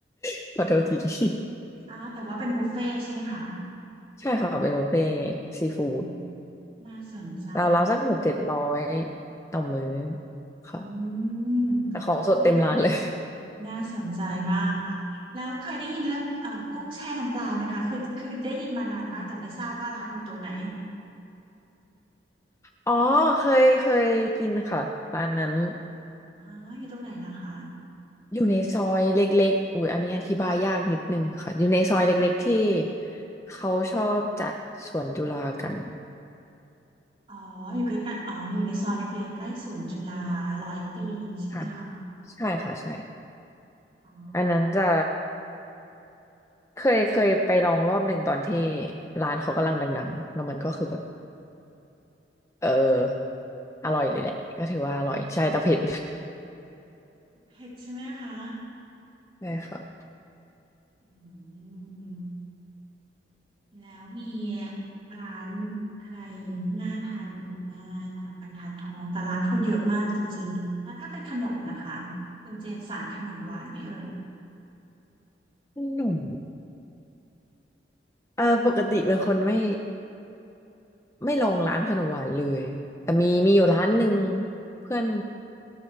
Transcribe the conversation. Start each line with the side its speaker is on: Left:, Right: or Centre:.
Left: <laughs> ขอโทษที <laughs>
Right: อ๋อแต่ว่าเป็นบุฟเฟ่ต์ใช่ไหมคะ
Left: ใช่ค่ะเป็นบุฟเฟ่ต์ซีฟู้ด
Right: อืม น่าสนใจ
Left: เราเราวๆสักหกเจ็ดร้อยต่อมื้อค่ะ
Right: อืม
Left: แต่ของสดเต็มร้านเลย
Right: น่าน่าสนใจมากค่ะ แล้วเคยได้ยินเรื่องเอ่อกุ้งแช่น้ำปลาไหมคะ คือคือได้ยินมานานมากแต่ไม่ทราบว่าร้านอยู่ตรงไหน
Left: อ๋อเคยเคยกินค่ะร้านนั้น
Right: อ๋ออยู่ตรงไหนเหรอคะ
Left: อยู่ในซอยเล็กๆอุ้ยอันนี้อธิบายยากนิดนึงค่ะอยู่ในซอยเล็กๆที่เขาชอบจัดสวนจุฬากัน
Right: อ๋ออยู่ใกล้ๆอ๋อ อยู่ในซอยเล็กๆใกล้สวนจุฬาร้อยปีใช่ไหมคะ
Left: ค่ะใช่ค่ะใช่
Right: อ๋อ
Left: อันนั้นจะเคยเคยไปลองรอบหนึ่งตอนที่ร้านเขากำลังดังๆแล้วมันก็คือแบบเอออร่อยเลยแหละก็ถือว่าอร่อยใช่แต่เผ็ด
Right: เผ็ดใช่ไหมคะ
Left: <laughs> ใช่ค่ะ
Right: อืม แล้วมีร้านอะไรน่าทานอีกบ้างแถวบรรทัดทองแต่ร้านเขาเยอะมากจริงๆแล้วถ้าเป็นขนมล่ะคะคุณเจนสายขนมหวานไหมเอ่ย
Left: ขนม เออปกติเป็นคนไม่ไม่ลองร้านขนมหวานเลยแต่มีมีอยู่ร้านหนึ่ง
Right: อ๋อ
Left: เพื่อน